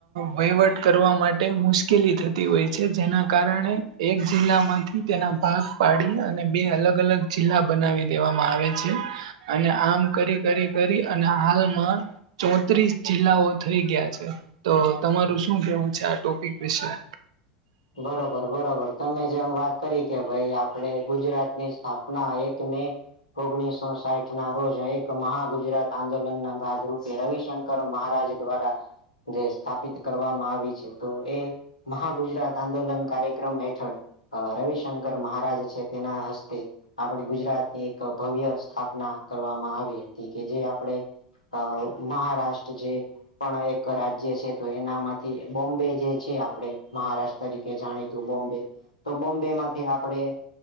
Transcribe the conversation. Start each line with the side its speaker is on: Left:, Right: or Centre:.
Right: વહીવટ કરવા માટે મુશ્કેલી થતી હોય છે જેના કારણે- એક જિલ્લામાંથી તેના ભાગ પાડી અને બે અલગ અલગ જિલ્લા બનાવી દેવામાં આવે છે. અને આમ કરી કરી કરી અને હાલમાં- ચોત્રીસ જિલ્લાઓ થઈ ગયા છે તો તમારું શું કેવું છે આ ટોપિક વિશે-
Left: બરોબર બરોબર તમે જેમ વાત કરી કે ભાઈ આપણે ગુજરાતની સ્થાપના એક મે- ઓગણીસો સાઠ ના રોજ એક મહાગુજરાત આંદોલન ના ભાગરૂપે રવિશંકર- મહારાજ દ્વારા જે સ્થાપિત કરવામાં આવી છે તો એ મહાગુજરાત- આંદોલન કાર્યક્રમ હેઠળ રવિશંકર મહારાજ છે તેના હસ્તે- આપણે ગુજરાતની એક ભવ્ય સ્થાપના કરવામાં આવી હતી કે જે આપણે- અ મહારાષ્ટ્ર જે પણ એક રાજ્ય છે તો એના- માંથી બોમ્બે જે છે આપણે મહારાષ્ટ્ર તરીકે જાણી તું બોમ્બે- તો બોમ્બેમાંથી આપડણે-